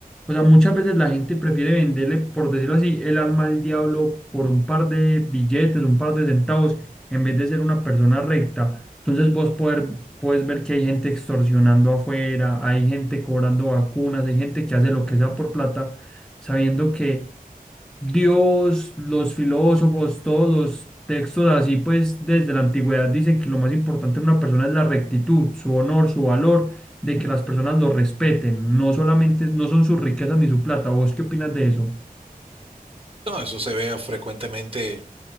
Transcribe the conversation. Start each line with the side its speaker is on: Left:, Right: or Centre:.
Centre: O sea, muchas veces la gente prefiere venderle, por decirlo así, el alma al diablo por un par de billetes, un par de centavos, en vez de ser una persona recta. Entonces vos poder, puedes ver que hay gente extorsionando afuera, hay gente cobrando vacunas, hay gente que hace lo que sea por plata, sabiendo que Dios, los filósofos, todos los textos así, pues desde la antigüedad dicen que lo más importante en una persona es la rectitud, su honor, su valor, de que las personas lo respeten, no solamente no son sus riquezas ni su plata. ¿Vos qué opinas de eso?
Right: No, eso se ve frecuentemente,